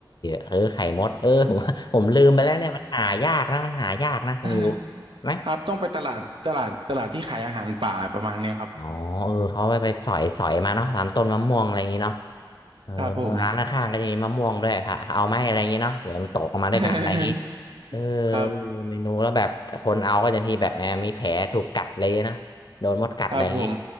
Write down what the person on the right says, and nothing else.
<laughs>
ครับต้องไปตลาดตลาดตลาดที่ขายอาหารป่าประมาณเนี้ยครับ
ครับผม
<laughs>
ครับ
ครับผม